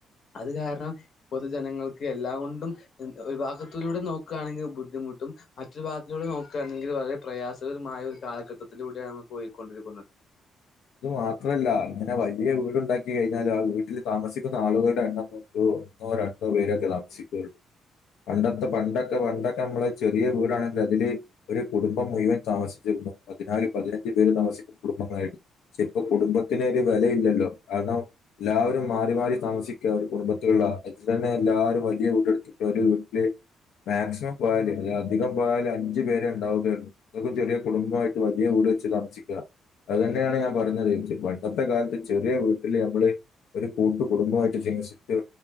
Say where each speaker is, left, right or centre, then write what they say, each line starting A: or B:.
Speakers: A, on the left; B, on the left.
A: അത് കാരണം ഇപ്പോത്തെ ജനങ്ങൾക്ക് എല്ലാം കൊണ്ടും വിഭാഗത്തിലൂടെ നോക്കുകയാണെങ്കിൽ ബുദ്ധിമു ബുദ്ധിമുട്ട മറ്റൊരു ഭാഗത്തിലൂടെ നോക്കുകയാണെങ്കിൽ വളരെ പ്രയാസകരമായ ഒരു കാലഘട്ടത്തിലൂടെയാണ് പോയിക്കൊണ്ടിരിക്കുന്നത്
B: <inaudible> ഇത് മാത്രല്ല ഇങ്ങനെ വലിയ വീടുണ്ടാക്കി കഴിഞ്ഞാൽ ആ വീട്ടിൽ താമസിക്കുന്ന ആളുകളുടെ എണ്ണം നോക്കൂ ഒന്നോ രണ്ടോ പേരൊക്കെ താസിക്കള്ളു പണ്ടത്തെ പണ്ടൊക്കെ പണ്ടൊക്കെ നമ്മള് ചെറിയ വീടാണെങ്കിൽ അതില് ഒരു കുടുംബം മുഴുവൻ താമസിച്ചു ന്ന് പതിനാല് പതിനഞ്ച് പേര് താമസിക്കുന്ന കുടുംബങ്ങളായിരുന്നു ഇപ്പോ കുടുംബത്തിന് ഒരു വിലയില്ലല്ലോ കാരണം എല്ലാവരും മാറി മാറി താമസിക്കുക ഒരു കുടുംബത്തില <inaudible> എല്ലാരും വലിയ വീട്ടില് മാക്സിമം പോയല് അധികം പോയാൽ അഞ്ചുപേര് പേരെ ഉണ്ടാവുകയുള്ളു ഇതൊക്കെ ചെറിയ കുടുംബമായിട്ട് വലിയ വ താമസിക്കുക അത് തന്നെയാണ് ഞാൻ പറഞ്ഞത് പണ്ടത്തെ കാലത്ത് ചെറിയ വീട്ടില് നമ്മള് ഒരു കൂട്ട കുടുംബമായിട്ട് ജീവിച്ചിട്ട്